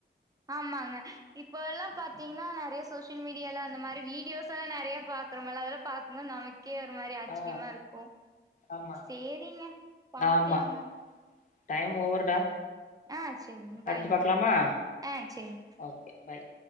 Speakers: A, on the right; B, on the left.
A: ஆமாங்க இப்ப எல்லா பாத்தீங்கன்னா நெறைய சோசியல் மீடியால அந்த மாரி வீடியோஸ் எல்லா நெறைய பாக்குறோமல அதெல்லா பாக்கும் போது நமக் கே ஒரு மாரி ஆச்சரியமா
B: ஆ
A: இருக்கு
B: ஆமா
A: சேரிங்க பாக்கலாங்க
B: ஆமா டைம் ஓவர்டா
A: ஆ சேரிங்க பாயங்க
B: அடுத்து பாக்கலாமா
A: ஆ சேரி
B: ஓகே பாய்